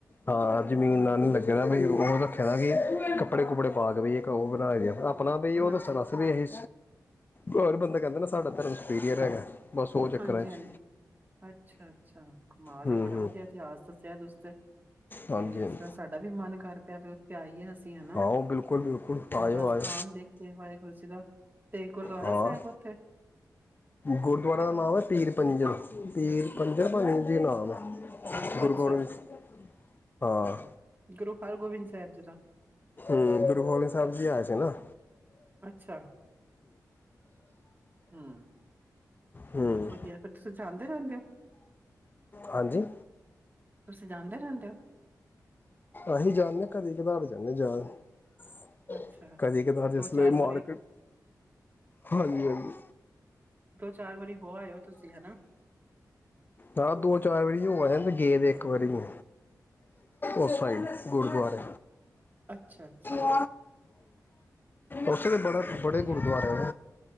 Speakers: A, on the left; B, on the right.
A: ਹਾਂ ਜ਼ਮੀਨ ਨਾਲ ਨ ਲੱਗੇਣਾ ਵੀ ਉਹ ਰੱਖਨਾ ਦਾ ਕਿ ਕੱਪੜੇ ਕੁਪੜੇ ਪਾ ਕੇ ਇੱਕ ਉਹ ਬਣਾ ਦੇ ਆਪਣਾ ਵੀ ਉਹ
B: ਹਾਂਜੀ,
A: ਦੱਸਣ ਅ ਵੀ ਇਹ ਹੋਰ ਬੰਦਾ ਕਹਿੰਦਾ ਨਾ ਸਾਡਾ ਧਰਮ ਸੁਪੀਰੀਅਰ ਹੈਗਾ ਬਸ ਉਹ ਚੱਕਰਾਂ
B: ਹਾਂਜੀ
A: 'ਚ
B: ਹਾਂਜੀ ਅੱਛਾ ਅੱਛਾ ਕਮਾਲ
A: ਹੂੰ
B: ਬੜਾ
A: ਹੂੰ
B: ਵਧੀਆ ਇਤਿਹਾਸ ਦੱਸਿਆ ਤੁਸ ਤੇ ਤੇ
A: ਹਾਂਜੀ ਹਾਂਜੀ
B: ਇਸ ਤਰ੍ਹਾਂ ਸਾਡਾ ਵੀ ਮਨ ਕਰ ਪਿਆ ਵੀ ਉੱਥੇ ਆਈਏ ਹਨਾ
A: ਆਓ ਬਿਲਕੁਲ ਬਿਲਕੁਲ ਆਇਓ
B: ਉਹ ਦਾ ਸਥਾਨ
A: ਆਇਓ
B: ਦੇਖ ਕੇ ਵਾਹਿਗੁਰੂ ਜਗਾ ਤੇ ਗੁਰਦੁਆਰਾ
A: ਹਾਂ
B: ਸਾਹਿਬ ਓਥੇ
A: ਗੁਰਦੁਆਰਾ ਦਾ ਨਾਮ ਹੈ ਪੀਰ ਪੰਜਣ ਪੀਰ ਪੰਜਰਬਨੀ ਜੀ ਨਾ ਹ ਗੁਰੂ
B: ਅੱਛਾ
A: ਗੋਬਿੰਦ ਸ ਹਾਂ
B: ਗੁਰੂ ਹਰਗੋਬਿੰਦ ਸਾਹਿਬ ਜੀ ਦਾ
A: ਹਂ, ਗੁਰਖੋਲੀ ਸਾਹਿਬ
B: ਅ-
A: ਜੀ ਆਏ ਸੀ ਨਾ।
B: ਅੱਛਾ ਹਂ
A: ਹੂੰ
B: ਬਹੁਤ ਵਧੀਆ ਫਿਰ ਤੁਸੀਂ ਜਾਂਦੇ ਰਹਿੰਦੇ ਓ?
A: ਹਾਂਜੀ!
B: ਤੁਸੀਂ ਜਾਦੇ ਰਹਿੰਦੇ ਓ?
A: ਅਸੀਂ ਜਾਣਣੇ ਕਦੀ ਕਧਾਰ ਜਾਂਣੇ ਜਾਣ <unintelligible>
B: ਹੋ ਅੱਛਾ
A: ਕਦੀ ਕਤਾਰ ਜਿਸ
B: ਦੋ
A: ਲਈ
B: ਚਾਰ
A: ਮਾਰਕਟ
B: ਵਾਰੀ
A: ਹਾਂਜੀ ਹਾਂਜੀ।
B: ਦੋ ਚਾਰ ਵਾਰੀ ਹੋ ਆਇਓ ਤੁਸੀਂ ਹਨਾਂ?
A: ਹਾਂ, ਦੋ-ਚਾਰ ਵਾਰੀ ਹੋਆਏ ਤੇ ਗਏ ਦੇ ਇੱਕ ਵਾਰੀ ਨੀਂ ਉਸ ਸਾਈਡ ਗੁਰਦੁਆਰੇ
B: ਅੱਛਾ ਅੱਛਾ
A: <inaudible>
B: ਹਾਂ
A: ਉੱਥੇ ਤਾਂ ਬੜੇ
B: ਚਲੋ ਵਧੀਆ
A: ਗੁਰਦੁਆਰੇ
B: ਤੇ